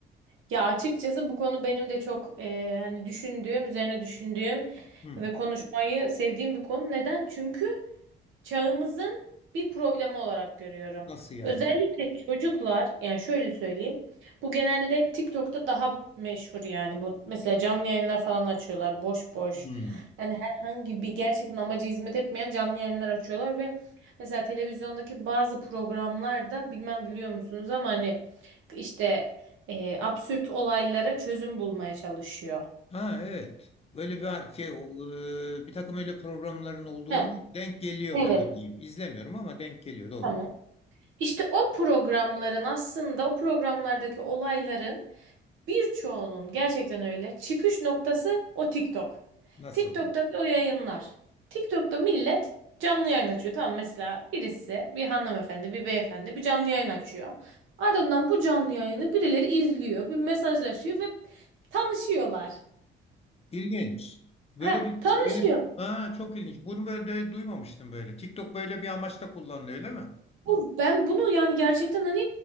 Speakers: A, on the right; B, on the left.
A: ya açıkçası bu konu benim de çok e, hani düşündüğüm, üzerine düşündüğüm
B: Hmm.
A: ve konuşmayı sevdiğim bir konu. Neden? Çünkü çağımızın bir problemi olarak görüyorum.
B: Nasıl yani?
A: Özellikle çocuklar yani şöyle söyleyeyim. Bu genelde TikTok'ta daha meşhur yani bu mesela canlı yayınlar falan açıyorlar boş boş.
B: Hmm.
A: Yani herhangi bir gerçekten amaca hizmet etmeyen canlı yayınlar açıyorlar ve mesela televizyondaki bazı programlarda bilmem biliyor musunuz ama hani işte e, absürt olaylara çözüm bulmaya çalışıyor.
B: Ha evet. Böyle bir şey o, e, bir takım öyle programların olduğunu
A: Heh,
B: denk geliyor
A: evet.
B: bana diyeyim. İzlemiyorum ama denk geliyor doğru.
A: Tamam. İşte o programların aslında o programlardaki olayların Birçoğunun gerçekten öyle. Çıkış noktası o TikTok.
B: Nasıl
A: TikTok'taki
B: yani?
A: o yayınlar. TikTok'ta millet canlı yayın açıyor. Tamam mesela birisi bir hanımefendi bir beyefendi bir canlı yayın açıyor. Ardından bu canlı yayını birileri izliyor. Bir mesajlaşıyor ve tanışıyorlar.
B: İlginç. Böyle
A: Ha,
B: bir
A: tanışıyor.
B: böyle ha çok ilginç. Bunu böyle de duymamıştım böyle. TikTok böyle bir amaçla kullanılıyor öyle mi?
A: Bu- Ben bunu yani gerçekten hani